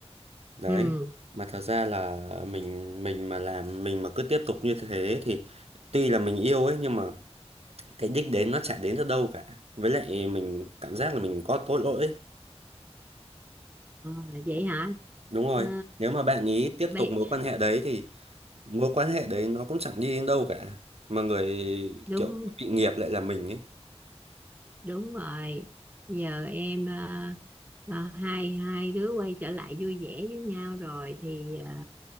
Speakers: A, on the right; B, on the right.
A: đấy
B: ừ
A: mà thật ra là mình mình mà làm mình mà cứ tiếp tục như thế thì tuy là mình yêu ấy nhưng mà cái đích đến nó chả đến được đâu cả với lại mình cảm giác là mình có tội lỗi ấy.
B: Ờ, vậy hả
A: đúng rồi
B: Ờ,
A: nếu mà bạn ý tiếp
B: bây
A: tục mối quan hệ đấy thì mối quan hệ đấy nó cũng chẳng đi đến đâu cả mà người
B: đúng
A: kiểu bị nghiệp lại là mình ấy
B: đúng rồi giờ em ờ, ờ, hai hai đứa quay trở lại vui vẻ với nhau rồi thì ờ,